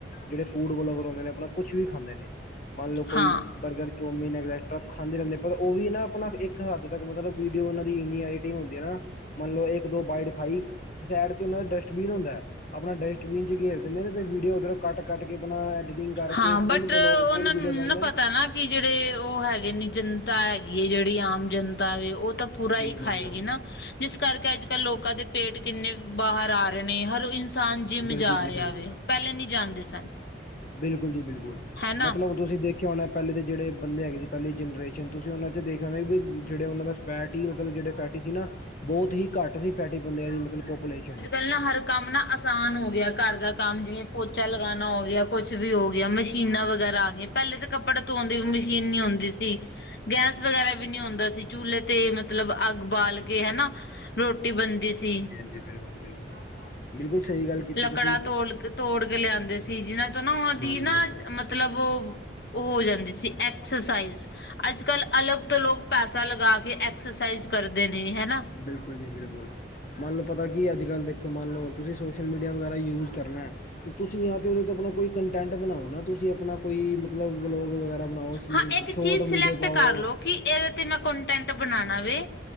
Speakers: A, on the left; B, on the left.
A: ਜਿਹੜੇ ਫੂਡ ਵਲੋਗ ਬਣਾਦੇ ਨੇ ਆਪਣਾ ਕੁਛ ਵੀ ਖਾਂਦੇ ਨੇ ਮੰਨ ਲਓ, ਕੋਈ
B: ਹਾਂ।
A: ਬਰਗਰ ਜੋ ਮਹੀਨ ਟਰੱਕ ਖਾਂਦੇ ਰਹਿੰਦੇਰ ਉਹ ਵੀ ਨਾ ਆਪਣਾ ਇੱਕ ਹੱਦ ਤੱਕ ਮਤਲਬ ਵੀਡੀਓ ਉਹਨਾ ਦੀ ਇੰਨੀ ਐਡੀਟਿੰਗ ਹੁੰਦੀ। ਹਨਾ, ਮੰਨ ਲਓ, ਇੱਕ ਦੋ ਬਾਈਟ ਖਾਈ ਸਾਈਡ ਚ ਉਹ ਦਾ ਡਸਟਬੀਨ ਹੁੰਦਾ ਹੈ, ਆਪਣਾ ਡਸਟਬੀਨ ਚ ਤੇ ਵੀਡੀਓ ਉੱਧਰੋਂ ਕੱਟ-ਕੱਟ ਕੇ ਆਪਣਾ ਐਡੀਟਿੰਗਕੇ
B: ਹਾਂ
A: ਫੁਲ
B: ਬਟ
A: ਬਲੋਗ
B: ਉਹਨਾਂ
A: ਫੁਲ ਵੀਡੀਓ
B: ਨੂੰ
A: ਨਾਲ
B: ਨਾ ਪਤਾ ਨਾ ਕਿ ਜਿਹੜੇ ਉਹ ਹੈਗੇ ਨੇ, ਜਨਤਾ ਹੈਗੀ ਹੈ, ਜਿਹੜੀ ਆਮ ਜਨਤਾ ਵ ਉਹ ਤਾਂ ਪੂਰਾ
A: ਬਿਲਕੁਲ
B: ਹੀ ਖਾਏਗੀ
A: ਬਿਲਕੁਲ
B: ਨਾ। ਜਿਸ ਕਰਕੇ ਅੱਜ-ਕੱਲ੍ਹ ਲੋਕਾਂ ਦੇ ਪੇਟ ਕਿੰਨੇ
A: ਬਿਲਕੁਲ
B: ਬਾਹਰ ਆ ਰਹੇ ਨੇ, ਹਰ ਇਨਸਾਨ ਜਿੰਮ
A: ਬਿਲਕੁਲ
B: ਜਾ
A: ਜੀ
B: ਰਿਹਾ
A: ਬਿਲਕੁਲ
B: ਵ, ਪਹਿਲੇ ਨਹੀਂ ਜਾਣਦੇ ਸਨ।
A: ਬਿਲਕੁਲ ਜੀ ਬਿਲਕੁਲ,
B: ਹੈਨਾ।
A: ਮਤਲਬ ਤੁਸੀਂ ਦੇਖੇ। ਕਿਉਂਣਾ ਪਹਿਲੇ ਦੇ ਜਿਹੜੇ ਬੰਦੇ ਹੈਗੇ ਸੀ, ਪਹਿਲੀ ਜਨਰੇਸ਼ਨ ਤੁਸੀਂ ਉਹਨਾਂ 'ਚ ਦੇਖਿਆ ਆਉਦੇ ਵੀ ਜਿਹੜੇ ਉਹਨਾਂ ਦਾ ਫੈ ਮਤਲਬ ਜਿਹੜੇ ਫੈਟੀ ਸੀ ਨਾ, ਬਹੁਤ ਹੀ ਘੱਟ ਸੀ ਫੈਟੀ ਬੰਦਿਆਂ ਦੀ ਮਤਲਬ ਪਪੂਲੇਸ਼ਨ
B: ਪਹਿਲ ਨਾ ਹਰ ਕੰਮ ਨਾ ਆਸਾਨ ਹੋ ਗਿਆ, ਘਰ ਦਾ ਕੰਮ ਜਿਵੇਂ ਪੋਚਾ ਲਗਾਣਾ ਹੋ ਗਿਆ, ਕੁਛ ਵੀ ਹੋ ਗਿਆ ਮਸ਼ੀਨਾਂ ਵਗੈਰਾ ਆ। ਪਹਿਲੇ ਤਾਂ ਕੱਪੜੇ ਧੋਣ ਦੀ ਵੀ ਮਸ਼ੀਨ ਨੀ ਆਉਂਦੀ ਸੀ, ਗੈਸ ਵਗੈਰਾ ਵੀ ਨੀ ਆਉਂਦੀ ਸੀ ਚੂਲੇ ਤੇ ਮਤਲਬ ਅੱਗ ਬਾਲ ਕੇ ਹਨਾ ਰੋਟੀ ਬਣਦੀ ਸੀ।
A: ਬਿਲਕੁਲ, ਬਿਲਕੁਲ, ਬਿਲਕੁਲ, ਸਹੀ ਗੱਲ ਕੀਤੀ
B: ਲੱਕੜਾ
A: ਤੁਸੀਂ
B: ਤੋੜ ਤੋੜ ਕੇ ਲਿਆਦੇ ਸੀ, ਜਿਹਨਾਂ ਤੋਂ ਨਾ ਉਹਨਾਂ
A: ਹਾਂਜੀ
B: ਦੀ ਨਾ
A: ਹਾਂਜੀ
B: ਮਤਲਬ ਉਹ ਉਹ ਹੋ ਜਾਂਦੀ ਸੀ। ਐਕਸਰਸਾਈਜ਼ ਅੱਜ-ਕੱਲ ਅਲੱਗ ਤੋਂ ਲੋਕ ਪੈਸਾ ਲਗਾ ਕੇ, ਐਕਸਰਸਾਈਜ਼ ਕਰਦੇ ਨੇ ਹਨਾ।
A: ਬਿਲਕੁਲ ਜੀ ਬਿਲਕੁਲ, ਮੰਨ ਲਓ ਪਤਾ ਕੀ ਅੱਜ-ਕੱਲ੍ਹ ਦੇਖੋ ਮੰਨ ਲੋ, ਤੁਸੀਂ ਸੋਸ਼ਲ ਮੀਡੀਆ ਵਗੈਰਾ ਯੂਜ ਕਰਨਾ। ਤੇ ਤੁਸੀਂ ਜਾਂ ਤੇ ਉਹਦੇ ਤੋਂ ਆਪਣਾ ਕੋਈ ਕੰਟੈਂਟ ਬਣਾਓ, ਨਾ ਤੁਸੀਂ ਆਪਣਾ ਕੋਈ ਮਤਲਬ ਵਲੋਗ ਵਗੈਰਾ। ਸੁਣਾਓ,
B: ਹਾਂ ਇੱਕ
A: ਸ਼ੋਰਟ
B: ਚੀਜ਼ ਸਿਲੈਕਟ
A: ਵੀਡੀਓ ਪਾਓ।
B: ਕਰ ਲਓ ਕਿ ਇਹਦੇ ਤੇ ਮੈਂ ਕੋਂਟੈਂਟ ਬਣਾਣਾ ਵੇ,